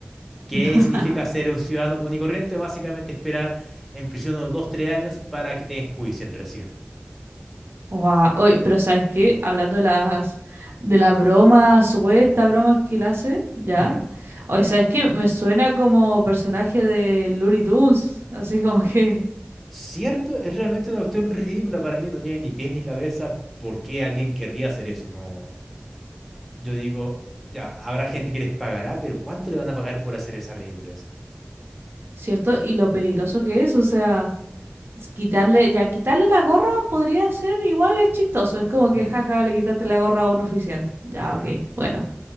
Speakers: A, in the centre; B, on the right.
A: ¿Qué
B: <laughs>
A: significa ser un ciudadano común y corriente? Básicamente esperar en prisión unos dos, tres años para que te enjuicien recién.
B: Guau, Oye, pero ¿sabes qué? Hablando de las de las bromas, supuestas bromas que él hace, ¿ya?
A: Ujú.
B: Oye, ¿sabes qué? Me suena como personaje de Looney Tunes, así como que,
A: ¿Cierto? Es realmente una cuestión ridícula para mí, no tiene ni pies ni cabeza. ¿Por qué alguien querría hacer eso? No, yo digo, ya, habrá gente que les pagará, pero ¿cuánto le van a pagar por hacer esa ridiculez?
B: ¿cierto? Y lo peligroso que es, o sea, s- quitarle, ya quitarle la gorra podría ser igual es chistoso, es como que
A: Ujú,
B: jaja, le quitaste la gorra a un oficial. Ya,
A: ujú,
B: ok, bueno.